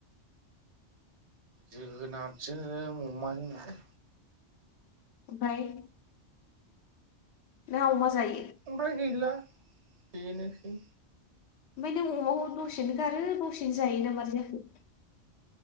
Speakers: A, on the right; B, on the left.
A: जोगोनादजोंनो अमाजोंनो लै
B: ओमफाय नों अमा जायो
A: ओमफ्राय गैला बेनोसै
B: ओमफ्राय नों अमाखौ दसेनो गारो दसेनो जायो ना मारै जाखो?